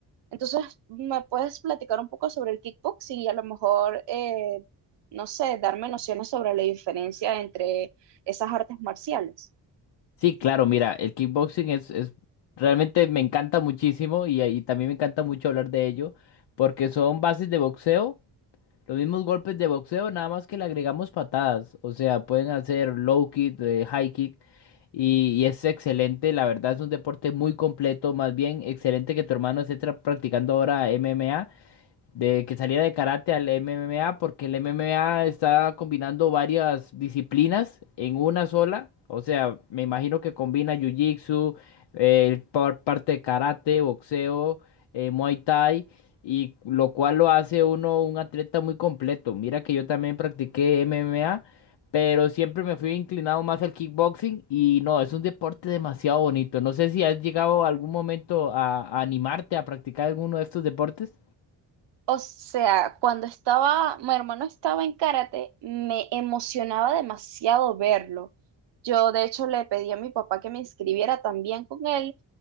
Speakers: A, on the right (about 70°); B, on the left (about 70°).
A: Entonces, ¿me puedes platicar un poco sobre el kickboxing y a lo mejor, eh, no sé, darme nociones sobre la diferencia entre esas artes marciales?
B: Sí, claro, mira, el kickboxing es, es realmente me encanta muchísimo y, y también me encanta mucho hablar de ello porque son bases de boxeo. Los mismos golpes de boxeo, nada más que le agregamos patadas. O sea, pueden hacer low kick, eh, high kick. Y, y es excelente, la verdad es un deporte muy completo. Más bien, excelente que tu hermano esté tra- practicando ahora MMA de que saliera de karate al MMA, porque el MMA está combinando varias disciplinas en una sola. O sea, me imagino que combina jiu-jitsu, eh, par- parte de karate, boxeo, eh, muay thai, y lo cual lo hace uno un atleta muy completo. Mira que yo también practiqué MMA. Pero siempre me fui inclinado más al kickboxing y no, es un deporte demasiado bonito. No sé si has llegado algún momento a a animarte a practicar alguno de estos deportes.
A: O sea, cuando estaba, mi hermano estaba en karate, me emocionaba demasiado verlo. Yo, de hecho, le pedí a mi papá que me inscribiera también con él.